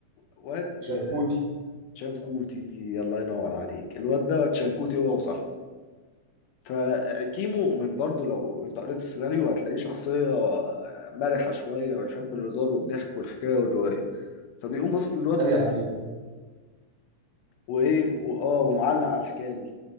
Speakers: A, on the left; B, on the right.
A: واد
B: شيكوتي
A: شنكوتي الله ينور عليك الواد ده واد شنكوتي هو وصاحبه فكيمو من برضه لو انت قريت السيناريو هتلاقيه شخصية مرحة شوية ويحب الهزار والضحك والحكاية والرواية فبيقوم بص للواد
B: اتريق
A: وده
B: عليه بقى
A: وايه واه ومعلق على الحكاية دي